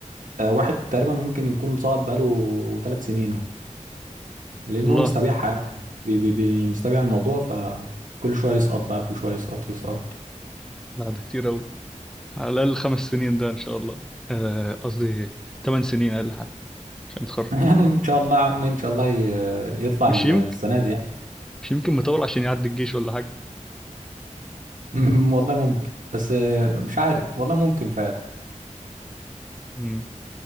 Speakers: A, on the right; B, in the centre.
A: آه، واحد تقريبا ممكن يكون صعد بقاله ثلاث سنين اهو لان
B: والله
A: هو مستبيعها قوي يعني بي بي بي مستبيع الموضوع فكل شويه يسقط بقى كل شويه يسقط يسقط
B: لا ده كتير قوي على الاقل خمس سنين ده ان شاء الله آه، قصدي ثمان سنين اقل حاجة عشان يتخرج
A: <laughs> يعني ان شاء الله يا عم ان شاء الله ي- يطلع
B: مش
A: ال-
B: يمكن
A: السنه دي يعني
B: مش يمكن مطول عشان يعدي الجيش ولا حاجة
A: <laughs> والله ممكن بس آه، مش عارف والله ممكن فعلا
B: امم